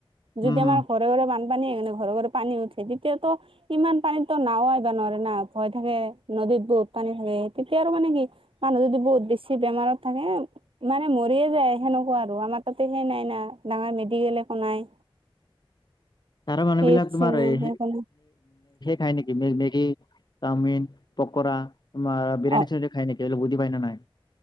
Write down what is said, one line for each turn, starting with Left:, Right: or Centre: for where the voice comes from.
Right: যদি
Left: উম, হুম।
Right: আমাৰ ঘৰে, ঘৰে বানপানী <unintelligible> ঘৰে, ঘৰে পানী উঠে তেতিয়াতো। ইমান পানীততো নাওঁ আহিব নোৱাৰে না ভয় থাকে নদীত বহুত পানী থাকে। এতিয়া আৰু মানে কি মানুহ যদি বহুত বেছি বেমাৰত থাকে। মানে মৰিয়ে যায় সেনেকুৱা আৰু আমাৰ তাতে সেই নাই না ডাঙৰ মেডিকেল একো নাই।
Left: তাৰে মানুহ
Right: পি
Left: বিলাক
Right: এইচ
Left: তোমাৰ।
Right: চি নাই
Left: <unintelligible>
Right: একো নাই
Left: খায় নেকি মেগি চাওমিন পকোৰা। <unintelligible> বিৰিয়ানি
Right: অ
Left: চিৰিৱানি খাই নেকি <unintelligible> বুজি পায় না নাই?